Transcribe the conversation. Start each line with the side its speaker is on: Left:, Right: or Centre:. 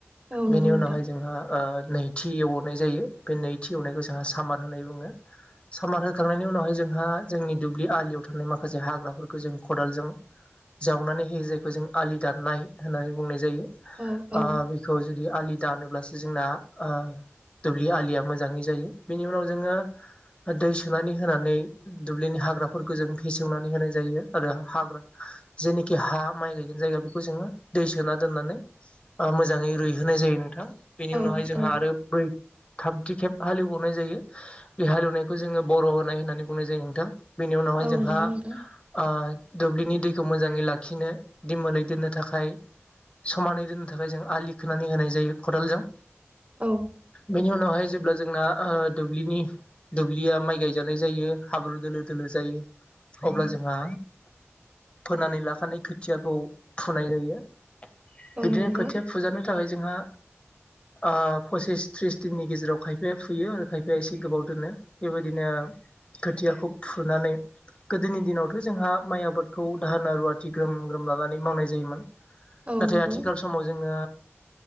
Right: औ
Left: बेनि
Right: नंगौ नोंथां
Left: उनावहाय ओ जोंहा नै नैथि एवनाय जायो बे नैथि एवनायखौ जोंहा सामार होननानै बुङो सामार होखांनायनि उनावहाय जोंहा जोंनि दुब्लि आलियाव थां थानाय माखासे हाग्राफोरखौ जों खदालजों जावनानै होयो जायखौ जों आलि दाननाय होननानै बुंनाय जायो
Right: औ औ
Left: बेखौ जुदि आलि दानोब्लासो जोंना ओ दुब्लि आलिया मोजाङै जायो बेनि उनाव जोङो दै सोनानै होनानै दुब्लिनि हाग्राफोर गोजों फिसेवनानै होनाय जायो आरो हाग्रा जेनिखि हा माइ गायगोन जायगा बेखौ जोङो दै सोना दोननानै मोजाङै रुइहोनाय जायो नोंथाङा बेनि
Right: औ
Left: उनावहाय जोंहा
Right: औ
Left: आरो ब्रै थामथि खेब हालेवबावनाय जायो बे हालेवनायखौ जोङो बर' होनाय होननानै बुंनाय जायो नोंथां बेनि उनाव
Right: औ
Left: जोंहा
Right: नंगौ नोंथां
Left: ओ दुब्लिनि दैखौ मोजाङै लाखिनो दैमोलै दोननो थाखाय समानै दोननो थाखाय जों आलि खोनानै होनाय जायो खदालजों
Right: औ
Left: बेनि उनावहाय जेब्ला जोंना दुब्लिनि दुब्लिया माइ गायजानाय जायो हाब्रु दोलो दोलो जायो अब्ला जोंहा फोनानै लाखानाय खोथियाखौ फुनाय जायो
Right: औ
Left: बिदिनो
Right: नंगौ
Left: खोथिया फुजानो थाखाय जोंहा ओ पसिस थ्रिस दिननि गेजेराव खायफाया फैयो आरो खायफाया एसे गोबाव दोनो बेबायदिनो खोथियाखौ फुनानै गोदोनि दिनावथ' जोंहा माइ आबादखौ दाहोना रुवाथि ग्रोम ग्रोम लानानै मावनाय जायोमोन
Right: औ
Left: नाथाय
Right: नंगौ
Left: आथिखाल समाव जोङो